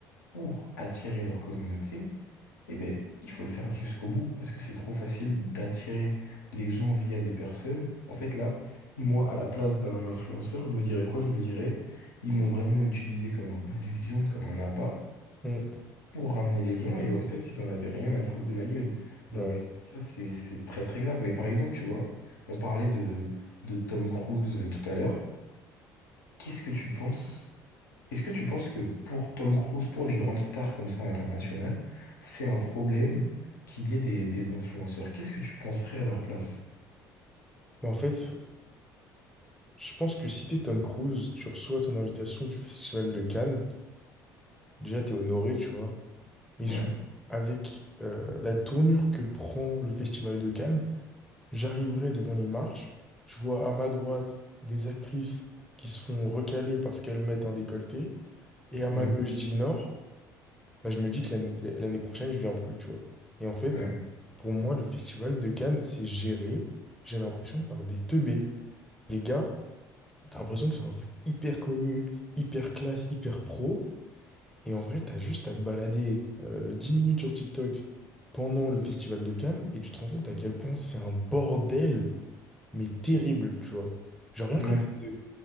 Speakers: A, on the left; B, in the centre.
A: pour attirer leur communauté, eh ben, il faut le faire jusqu'au bout parce que c'est trop facile d'attirer les gens via des personnes. En fait, là, moi, à la place d'un influenceur, je me dirais quoi? Je me dirais, ils m'ont vraiment utilisé comme un bout de viande, comme un appât
B: Mm,
A: pour ramener les gens et en fait, ils en avaient rien à foutre de ma gueule.
B: ouais.
A: Donc, ça, c'est, c'est très très grave. Mais par exemple, tu vois, on parlait de, de Tom Cruise euh, tout à l'heure. Qu'est-ce que tu penses? Est-ce que tu penses que pour Tom Cruise, pour les grandes stars comme ça internationales, c'est un problème qu'il y ait des, des influenceurs? Qu'est-ce que tu penserais à leur place?
B: Mais en fait, Je pense que si t'es Tom Cruise, tu reçois ton invitation du Festival de Cannes, déjà t'es honoré, tu vois. Mais
A: Ouais.
B: genre, avec euh, la tournure que prend le Festival de Cannes, j'arriverai devant les marches, je vois à ma droite des actrices qui se font recaler parce qu'elles mettent un décolleté, et à
A: Mhm.
B: ma gauche d'Inor, bah, je me dis que l'année l'année prochaine, je viens plus, tu vois. Et en fait,
A: Ouais.
B: pour moi, le Festival de Cannes, c'est géré, j'ai l'impression, par des teubés. Les gars, T'as l'impression que c'est un truc hyper connu, hyper classe, hyper pro. Et en vrai, t'as juste à te balader euh, 10 minutes sur TikTok pendant le festival de Cannes et tu te rends compte à quel point c'est un bordel, mais terrible, tu vois. Genre rien
A: Ouais.
B: que le-